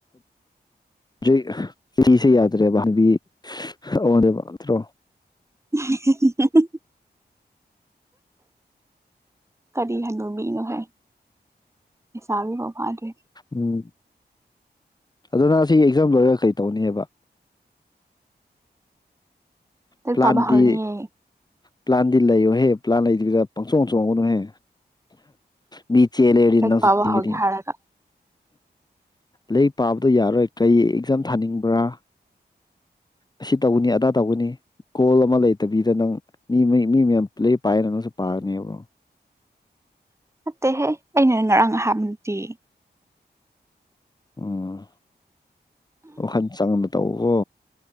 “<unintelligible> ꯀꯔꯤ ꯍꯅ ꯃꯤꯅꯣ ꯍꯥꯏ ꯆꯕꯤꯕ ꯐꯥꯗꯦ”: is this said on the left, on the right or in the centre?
Right